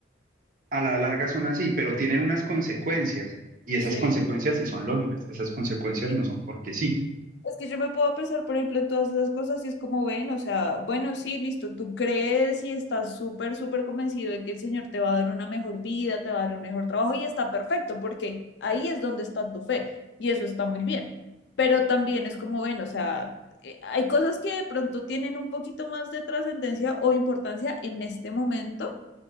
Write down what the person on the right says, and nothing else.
a la larga son así, pero tienen unas consecuencias y esas
consecuencias sí son lógicas, esas consecuencias
no son porque sí.